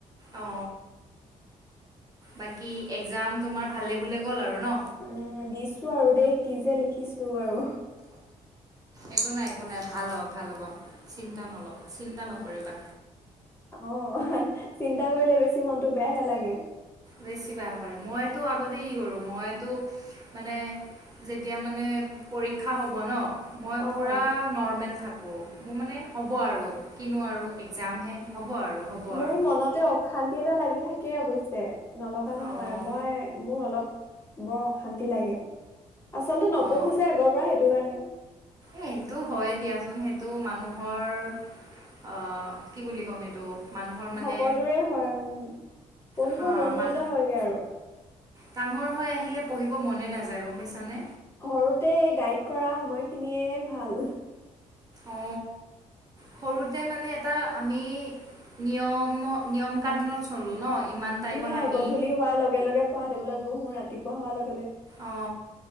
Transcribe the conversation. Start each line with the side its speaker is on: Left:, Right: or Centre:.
Right: অ বাকি একজাম তোমাৰ ভালে ভালে গ'ল আৰু ন
Left: উম দিছো আৰু দেই কি যে লিখিছো আৰু
Right: একো নাই একো নাই ভাল হ' ভাল হ'বা চিন্তা নলবা চিন্তা নকৰিবা
Left: অ চিন্তা কৰিলে বেছি মনতটো বেয়াহে লাগে
Right: বেছি বেয়া কৰে মইতো আগতে কি কৰো মইতো মানে যেতিয়া মানে পৰীক্ষা হব ন মই
Left: অ',
Right: পুৰা নৰ্মেল থাকোঁ মোৰ মানে হ'ব আৰু কিনো আৰু একজামহে হ'ব আৰু হ'ব
Left: মোৰ
Right: আৰু
Left: মনতে অশান্তি এটা লাগি থাকে কে অৱশ্যে নলগা নহয়
Right: অঁ
Left: মই মোৰ অলপ বৰ অশান্তি লাগে আচলতে নপঢ়ো
Right: অঁ
Left: যে আগৰ পৰা সেইটো কাৰণে
Right: এ সেইটো হয়ে দিয়াচোন সেইটো মানুহৰ আহ কি বুলি ক'ম এইটো মানুহৰ
Left: সকলোৰে
Right: মানে
Left: হয় উ পঢ়িব
Right: হা
Left: মন
Right: মান
Left: নোযোৱা হয়গে আৰু
Right: ডাঙৰ হৈ আহিলে পঢ়িব মনে নাযায় গম পাইছানে
Left: সৰুতে গাইড কৰা সময়খিনিয়ে ভাল
Right: অ সৰুতে মানে এটা আমি নিয়ম নিয়ম কানুনত চলো ন ইমান টাইমত
Left: সেয়াই
Right: আমি
Left: গধূলি হোৱাৰ লগে লগে পহাৰ তেবোলাত বহু ৰাতিপুৱা হাৱাৰ লগেলগে
Right: অ